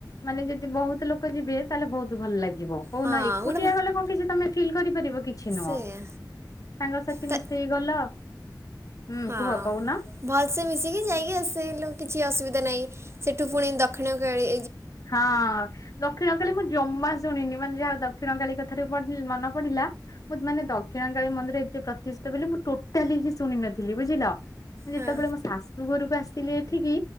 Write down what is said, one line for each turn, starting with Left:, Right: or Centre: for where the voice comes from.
Left: ମାନେ ଯଦି ବହୁତଲୋକ ଯିବେ ତାହେଲେ ବହୁତ ଭଲଲାଗେ। ଯିବ କୋଉଦିନ
Right: ହଁ
Left: ଏକୁଟିଆ
Right: ଗୋଟେ
Left: ଗଲେ କଣ କିଛି ତମେ ଫିଲ୍ କରିପାରିବ କି? କିଛି ନୁହଁ,
Right: ସେୟା
Left: ସାଙ୍ଗସାଥି
Right: ତ
Left: ମିଶିକି ଗଲ? ହୁଁ
Right: ହଁ
Left: କୁହ କହୁନ
Right: ଭଲସେ ମିଶିକି ଯାଇକି ଆସିଲୁ, କିଛି ଅସୁବିଧା <unintelligible> ନାହଁ ସେଠୁ ପୁଣି ଦକ୍ଷିଣ କାଳୀ
Left: ହଁ ଦକ୍ଷିଣ କାଳି ମୁଁ ଜମା ଶୁଣିନି, ମାନେ ଯାହା ଦକ୍ଷିଣ କାଳୀ କଥା ରୁ ମନେ ପଡିଲା, ମୁଁ ମାନେ ଦକ୍ଷିଣ କାଳୀ ମନ୍ଦିର ଏତେ ପ୍ରତିଷ୍ଟା ବୋଲି ମୁଁ ଟୋଟା କିଛି ଶୁଣିନଥିଲି ବୁଝିଲ? ଯେତେବେଳେ
Right: ହଁ।
Left: ମୋ ଶାଶୁ ଘରକୁ ଆସିଲି ଏଠିକି